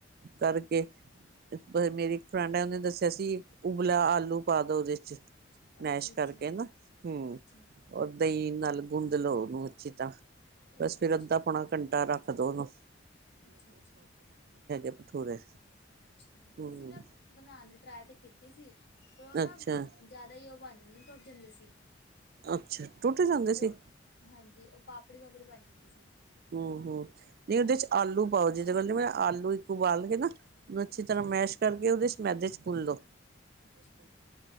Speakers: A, on the right; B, on the left.
A: ਕਰਕੇ ਮੇਰੀ ਇੱਕ ਫਰੈਂਡ ਹੈ ਉਹਨੇ ਦੱਸਿਆ ਸੀ ਉਬਲਾ ਆਲੂ ਪਾ ਦੋ ਉਹਦੇ 'ਚ ਮੈਸ਼
B: ਅੱਛਾ, ਅੱਛਾ।
A: ਕਰਕੇ ਨਾ ਹੂੰ।
B: ਅੱਛਾ, ਅੱਛਾ,
A: ਔਰ ਦਹੀਂ ਨਾਲ ਗੁੰਦ ਲਾਉਣ ਨੂੰ ਅੱਛੀ ਤਰਾਂ
B: ਅੱਛਾ,
A: ਬਸ ਫਿਰ ਅੱਧਾ ਪੌਣਾ ਘੰਟਾ ਰੱਖ ਦੋਨੋ,
B: ਅੱਛਾ, ਅੱਛਾ,
A: ਭਠੂਰੇ
B: ਅੱਛਾ,
A: ਹੂੰ
B: ਅਸੀਂ ਨਾ ਬਣਾ ਦੇ। ਟਰਾਏ ਤੇ ਕੀਤੀ ਸੀ, ਫਿਰ ਉਹ ਨਾ
A: ਅੱਛਾ
B: ਜ਼ਿਆਦਾ ਹੀ ਉਹ ਬਣ ਜਾਂਦੇ ਟੁੱਟ ਜਾਂਦੇ ਸੀ।
A: ਅੱਛਾ ਟੁੱਟ ਜਾਂਦੇ
B: ਫੋ
A: ਸੀ।
B: ਹਾਂਜੀ ਉਹ ਪਾਪੜੀ- ਪਾਪੜੀ ਬਣ ਜਾਂਦੀ ਸੀ।
A: ਹੂੰ -ਹੂੰ ਨਹੀਂ ਉਹਦੇ 'ਚ ਆਲੂ ਪਾਓ ਜਿਦੋਂ ਮੈਂ ਆਲੂ ਇੱਕ ਉਬਾਲ ਕੇ ਨਾ ਉਹਨੂੰ ਅੱਛੀ
B: ਅੱਛਾ,
A: ਤਰ੍ਹਾਂ ਮੈਸ਼ ਕਰਕੇ ਉਹਦੇ ਮੈਦੇ 'ਚ ਗੁੰਨਲੋ।
B: ਅੱਛਾ